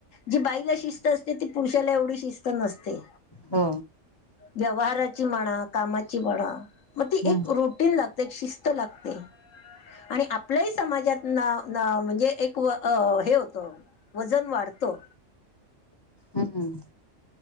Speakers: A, on the left; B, on the left.
A: जी बाईला शिस्त असते ती पुरुषाला एवढी शिस्त नसते
B: हो
A: व्यवहाराची म्हणा कामाची म्हणा मग ती
B: हम्म
A: एक रुटीन लागते एक शिस्त लागते आणि आपलही समाजात ना म्हणजे एक हे होतं वजन वाढतं
B: हम्म